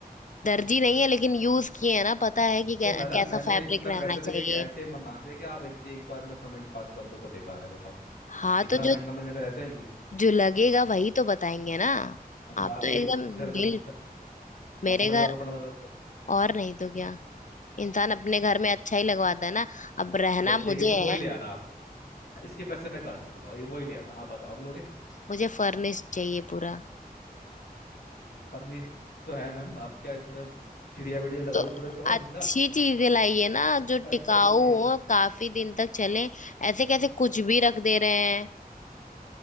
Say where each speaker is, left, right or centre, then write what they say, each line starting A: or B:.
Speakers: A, on the left (about 55°); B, on the left (about 80°).
A: दर्जी नहीं है लेकिन यूज किए हैं ना पता है कि
B: तो
A: कै,
B: मैडम
A: कैसा
B: मैंने
A: फैब्रिक
B: इतने
A: रहना
B: पैसे देके
A: चाहिए
B: कि ऐसे ही मंगा दे कि आप एक एक बार में कमेंट पास कर दो कि बेकार है बताओ
A: हाँ
B: इतना
A: तो
B: महंगा
A: जो
B: मैंने फिर ऐसे ही लिया
A: जो लगेगा वही तो बताएंगे ना
B: अच्छा
A: आप
B: आपके
A: तो एकदम
B: घर में
A: दिल
B: कौन सा है मखमल
A: मेरे घर
B: का कपड़ा लगा रखा है?
A: और नहीं तो क्या इंसान अपने घर
B: अच्छा
A: में अच्छा ही लगवाता है ना अब रहना
B: तो
A: मुझे
B: ठीक है मैम वही
A: है
B: ले आना आप इसके पैसे मैं काट दूंगा ये वही ले आना आप बताओ आप लोगे
A: मुझे फर्निश चाहिए पूरा
B: फर्निश तो है मैम अब क्या इसमें चिड़िया विड़िया लगा
A: तो
B: दूं थोड़े से और
A: अच्छी
B: जिंदा
A: चीजें लाइए ना जो
B: करेक्टर
A: टिकाऊ
B: भी चाहिए इसमें
A: हो काफी दिन तक चले ऐसे कैसे कुछ भी रख दे रहे हैं